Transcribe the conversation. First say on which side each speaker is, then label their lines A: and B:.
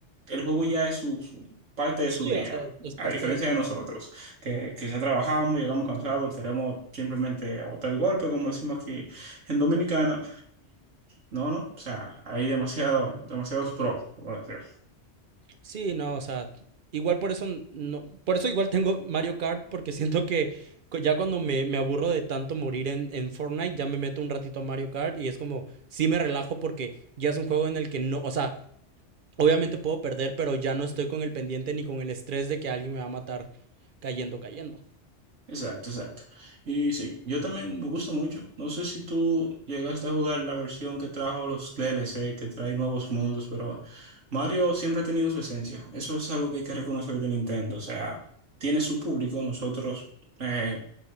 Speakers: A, on the right; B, on the right.
A: el juego ya es su, su parte de
B: Sí,
A: su día,
B: o sea, es
A: a
B: parte
A: diferencia
B: de eso.
A: de nosotros, que quizá trabajamos, llegamos cansados, queremos simplemente botar el golpe, como decimos aquí en Dominicana. No, no, o sea, hay demasiado, demasiados pros, por decir.
B: Sí, no, o sea, igual por eso no, por eso igual tengo Mario Kart, porque siento que cu- ya cuando me, me aburro de tanto morir en, en Fortnite, ya me meto un ratito a Mario Kart y es como, sí me relajo porque ya es un juego en el que no, o sea, obviamente puedo perder, pero ya no estoy con el pendiente ni con el estrés de que alguien me va a matar cayendo, cayendo.
A: Exacto, exacto. Y sí, yo también me gusta mucho. No sé si tú llegaste a jugar la versión que trajo los DLC, que trae nuevos mundos, pero Mario siempre ha tenido su esencia. Eso es algo que hay que reconocer de Nintendo. O sea, tiene su público. Nosotros, eh,